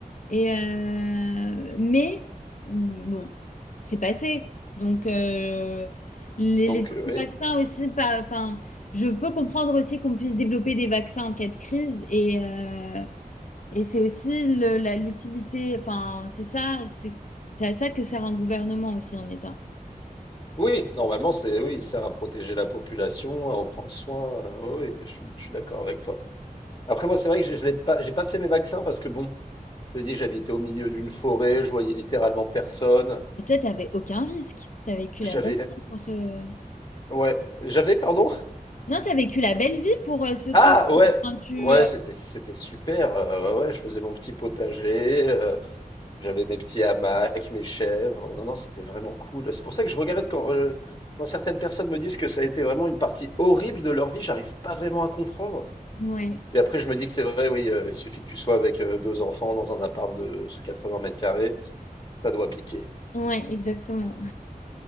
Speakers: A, on the left; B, on the left.
A: Et euh, mais bon, c'est passé. Donc euh, les,
B: Donc,
A: les
B: euh, oui.
A: vaccins aussi, pas, enfin, je peux comprendre aussi qu'on puisse développer des vaccins en cas de crise. Et, euh, et c'est aussi le- la, l'utilité. Enfin, c'est ça, c'est c'est à ça que sert un gouvernement aussi, un État.
B: Oui, normalement, c'est oui, il sert à protéger la population, à en prendre soin. euh, oui, oui, je suis, je suis d'accord avec toi. Après, moi, c'est vrai que je, je l'ai pas, j'ai pas fait mes vaccins parce que bon, je t'ai dit, j'habitais au milieu d'une forêt, je voyais littéralement personne.
A: Et toi, t'avais aucun risque. T'as vécu la
B: J'avais,
A: belle vie pour ce.
B: ouais, j'avais, pardon.
A: Non, t'as vécu la belle vie pour euh, ce Covid.
B: Ah, ouais,
A: Enfin, tu,
B: ouais,
A: euh,
B: c'était, c'était super. euh, ouais, ouais, je faisais mon petit potager, euh, j'avais mes petits hamacs, mes chèvres. Non, non, c'était vraiment cool. C'est pour ça que je regarde quand, euh, quand certaines personnes me disent que ça a été vraiment une partie horrible de leur vie, j'arrive pas vraiment à comprendre.
A: Ouais,
B: Puis après, je me dis que c'est vrai, oui, heu, il suffit que tu sois avec, heu, 2 enfants dans un appart de ce quatre-vingts mètres carrés ça doit piquer.
A: ouais, exactement.